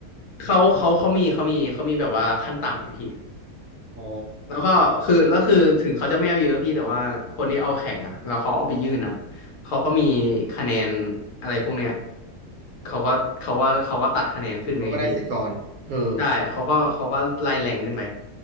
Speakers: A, on the left (about 60°); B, on the right (about 70°).
A: เขาเขาเขามีเขามีเขามีแบบว่าขั้นต่ำอยู่พี่
B: อ๋อ
A: แล้วก็คือแล้วคือถึงเขาจะไม่เอาเยอะพี่แต่ว่าคนที่เอาแข่งอะแล้วเขาเอาไปยื่นอะเขาก็มีคะแนนอะไรพวกเนี้ยเขาก็เขาก็เขาก็ตัดคะแนนขึ้นเลยพี่
B: เราก็ได้สิทธิ์ก่อนเออ
A: ใช่ เขาก็เขาก็ไล่แรงขึ้นไป